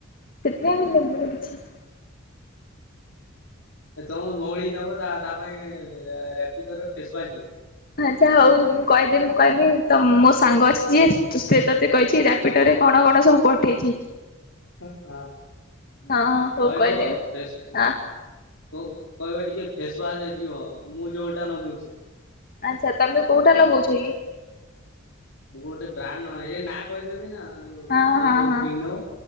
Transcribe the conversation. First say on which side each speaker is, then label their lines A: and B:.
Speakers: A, on the left; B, on the left.
A: ସେଥିପାଇଁ ବି ନେବୁନି କିଛି।
B: ତମ ଭଉଣୀ ଦବ ତା ତା ପାଇଁ ରାପିଡ ର ଫେସୱାଚ ଯିବ।
A: ଆଚ୍ଛା ହଉ ମୁଁ କହିଦେବି ମୁଁ କହିବି ତ ମୋ ସାଙ୍ଗ ଅଛି ଯିଏ ସେ ତତେ କହିଛି ରାପିଟ ରେ କଣ କଣ ସବୁ ପଠେଇଛି।
B: ହଁ
A: ହଁ ହଉ
B: କହିଦବ
A: କହିଦେବି।
B: ଫେସ୍
A: ହଁ
B: କହିବ ଟିକେ ଫେସୱାଶ ହେଇଯିବ ମୁଁ ଯୋଉଟା ନଗଉଛି।
A: ଆଚ୍ଛା ତମେ କୋଉଟା ଲଗଉଛ କି?
B: ମୁଁ ଗୋଟେ ବ୍ରାଣ୍ଡ ନ ଏ ନାଁ କହିଦେମି ନା ତମେ
A: ହଁ ହଁ
B: ସବୁ
A: ହଁ।
B: କିଣିଦବ।